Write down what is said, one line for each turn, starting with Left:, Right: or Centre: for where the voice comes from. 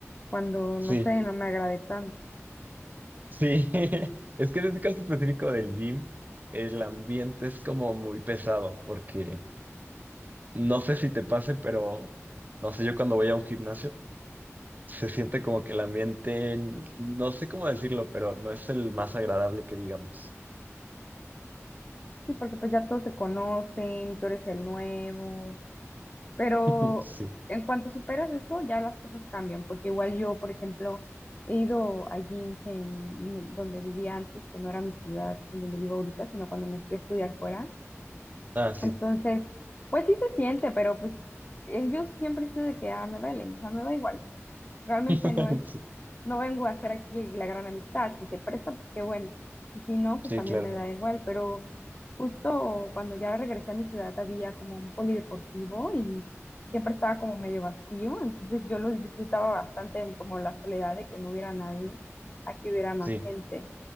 Left: cuando
Right: sí,
Left: no sé, no me agrade tanto.
Right: sí. <laughs> Es que en este caso específico del gym, el ambiente es como muy pesado porque No sé si te pase, pero no sé, yo cuando voy a un gimnasio se siente como que el ambiente, n- no sé cómo decirlo, pero no es el más agradable que digamos.
Left: Sí, porque pues ya todos se conocen y tú eres el nuevo. Pero
Right: <laughs> Sí.
Left: en cuanto superas eso, ya las cosas cambian, porque igual yo, por ejemplo, he ido a gyms en donde vivía antes, que no era mi ciudad, en donde vivo ahorita, sino cuando me fui a estudiar fuera
Right: Ah, sí.
Left: Entonces, pues sí se siente, pero pues eh, yo siempre he sido de que, ah, me vale, o sea, me da igual. Realmente
Right: <laughs>
Left: no es,
Right: Sí,
Left: no vengo a hacer aquí la gran amistad. Si se presta, pues qué bueno. Y si no,
Right: sí,
Left: pues también
Right: claro.
Left: me da igual. Pero justo cuando ya regresé a mi ciudad había como un polideportivo y siempre estaba como medio vacío. Entonces yo lo disfrutaba bastante en como la soledad de que no hubiera nadie, aquí hubiera más
Right: Sí.
Left: gente.